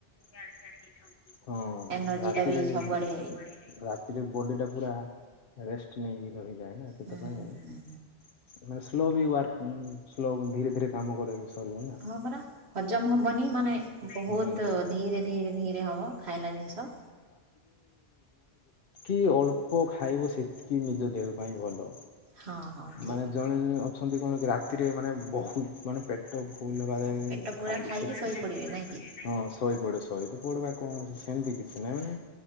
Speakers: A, on the left (about 60°); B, on the right (about 80°).
A: ଇଆଡେ ସିଆଡେ ହେଇଥାଉ ହଁ
B: ଏନର୍ଜିଟା
A: ରାତିରେ
B: ବି ସବୁଆଡ଼େ
A: ରାତିରେ ବଡି ଟା ପୁରା ରେଷ୍ଟ ନେଇକି ହେଇଯାଏ ନା ସେଥିପାଇଁ
B: ହୁଁ ହୁଁ
A: ମାନେ ମୁଁ ସ୍ଲୋ ବି ୱାର୍କ ସ୍ଲୋ ଧୀରେ ଧୀରେ କାମ କରେ। ସରିବ ନା
B: ହଁ ପରା ହଜମ ହବନି ମାନେ ବହୁତ
A: ହୁଁ।
B: ଧି ଧିରେ ଧିରେ ଧିରେ ହବ ଖାଇଲା ଜିନିଷ।
A: କି ଅଳ୍ପ ଖାଇବ ସେତିକି ନିଜ ଦେହ ପାଇଁ ଭଲ।
B: ହଁ ହଁ ଠିକ୍
A: ମାନେ ଜଣେ ଜଣେ ଅଛନ୍ତି। ଅଛନ୍ତି କଣ କି ରାତିରେ ମାନେ ବହୁତ। ମାନେ ପେଟ ଫୁଲ ହେବା ଯାଏ
B: ମୋ ପେଟ ପୁରା
A: ଖାଆନ୍ତି। ପେଟ ପୁରା
B: ଶୋଇପଡ଼ିବେ
A: ଖାଇକି ସୋଇପଡ଼ିବେ
B: ନାଇଁ କି
A: ନାଇଁ କି ହଁ ଶୋଇ ଶୋଇ ପଡିବା କଣ ସେମିତି କିଛି ନାହିଁ ମାନେ